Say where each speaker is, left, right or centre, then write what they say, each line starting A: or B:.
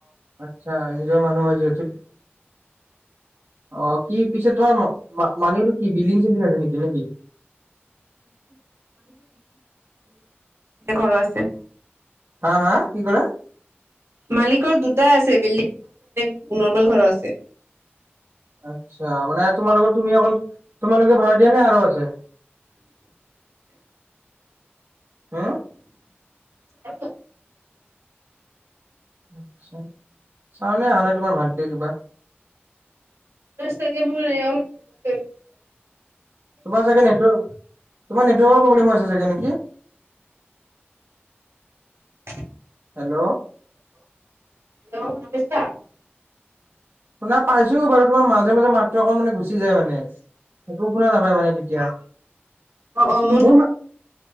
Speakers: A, on the right (about 65°); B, on the right (about 80°).
A: আচ্ছা নিজৰ মানুহৰ যিহেতু অ' কি পিছে তোমাৰ মানুহটো কি বিল্ডিং চিল্ডিং আছে নেকি নেকি?
B: ঘৰ আছে।
A: হা হা কি ক'লা?
B: মালিকৰ দুটাই আছে বিল্ডিং নৰ্মেল ঘৰৰ আছে।
A: আচ্ছা মানে তোমালোকৰ তুমি অকল তোমালোকে ভাড়া দিয়া নে আৰু আছে হা
B: হয়।
A: আ চাউনে অহা নাই তোমাৰ ভালকে কিবা
B: চাগে মোৰ নছে
A: তোমাৰ চাগে সেইটো তোমাৰ নেটৱৰ্কৰ প্ৰব্লেম হৈ আছে চাগে নেকি?
B: <inaudible>
A: হেল্ল'।
B: <unintelligible>
A: শুনা পাইছো বাৰু, তোমাৰ মাজে মাজে মাতটো অকল মানে গুচি গুছি যায় মানে। একো শুনা নাপায় মানে তেতিয়া,
B: অ অ
A: মোৰ মা,